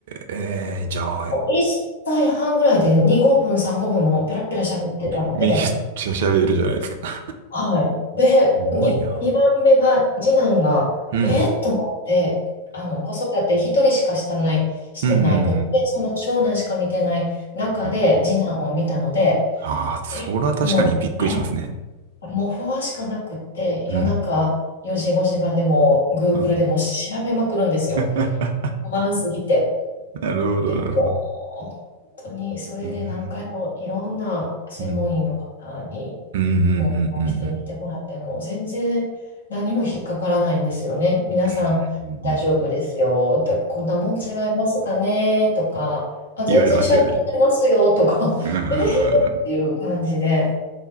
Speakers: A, on the right; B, on the left.
A: え、えーじゃあ、
B: もう1歳半ぐらいで2語文、3語文もペラペラ喋ってたので、
A: めっちゃ喋るじゃないですか。
B: はい。で、
A: すごいな。
B: に、2番目が、次男が、
A: うん。
B: えっと思って、あの、子育て一人しかしたない、してないくて、
A: うんうんうん
B: その長男しか見てない中で、
A: うん
B: 次男を見たので、
A: ああ、それは確かにびっくりしますね。
B: えっと思って、もう不安しかなくって、
A: うん
B: 夜中4時、5時までも、Google
A: うん
B: でも調べまくるんですよ。
A: <laughs>。
B: 不安すぎて。
A: なるほど、
B: でも、
A: なるほど。
B: 本当にそれで何回もいろんな専門医の方に
A: うん。うんうんうんうんうんうん。
B: もうお会いしてみてもらっても全然何も引っかからないんですよね。皆さん大丈夫ですよとか、
A: うんうんうんうん
B: こんなもん違いますかねとか、あ、全然喋ってますよとか、
A: 言われますよね。うん。
B: <laughs> えー、っていう感じで。